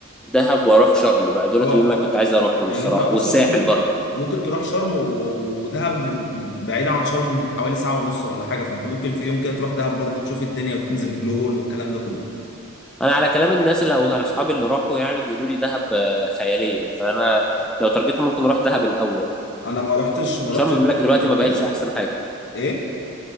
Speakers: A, in the centre; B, on the left (about 50°).
A: دهب واروح شرم بقى دولت
B: اه
A: اللي انا كنت عايز اروحهم
B: يعني
A: الصراحه
B: انت اصلا
A: والساحل
B: ممكن
A: برضو
B: ت- ممكن تروح شرم و- ودهب من بعيدة عن شرم حوالي ساعة ونص ولا حاجة فانت ممكن في يوم كده تروح دهب برضو تشوف الدنيا وتنزل بلو هول والكلام ده كله
A: انا على كلام الناس اللي او اصحابي اللي راحوا يعني بيقولوا لي دهب آه، خياليه فانا لو ترجيت ممكن اروح دهب الاول
B: انا ما رحتش ما
A: شرم
B: رحتش
A: بيقول
B: دهب
A: لك دلوقتي
B: قبل
A: ما بقتش
B: كده
A: احسن حاجه
B: ايه